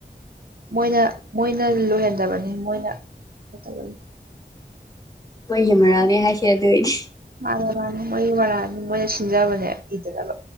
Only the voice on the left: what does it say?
ꯃꯣꯏꯒꯤ ꯃꯔꯥꯜꯅꯦ ꯍꯥꯏꯈꯤ ꯑꯗꯨꯏꯅꯦ